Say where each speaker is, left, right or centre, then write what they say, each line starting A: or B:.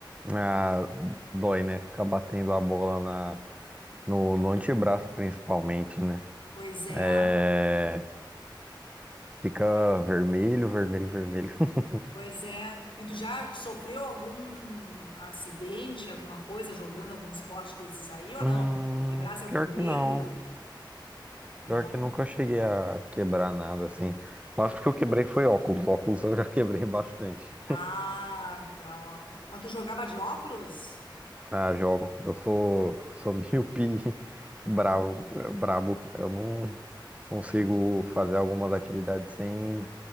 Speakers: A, on the right; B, on the left.
A: Ah, dói, né? Ficar batendo a bola na, No, no antebraço, principalmente, né?
B: Pois é.
A: É, Fica
B: Dói.
A: vermelho, vermelho, vermelho. <laughs>
B: Pois é. E tu já sofreu algum acidente, alguma coisa jogando algum esporte desses aí ou
A: Hum,
B: não? Quebrasse algum
A: pior
B: dedo?
A: que não.
B: Não.
A: Pior que nunca cheguei a quebrar nada assim. Mas porque eu quebrei foi óculos. Óculos eu já <laughs> quebrei bastante.
B: Ah, quebrar óculos. Mas tu jogava de óculos?
A: Ah, jogo. Eu sou, sou míope <laughs> bravo,
B: Ah,
A: brabo. Eu não consigo
B: entendi.
A: fazer algumas atividades sem,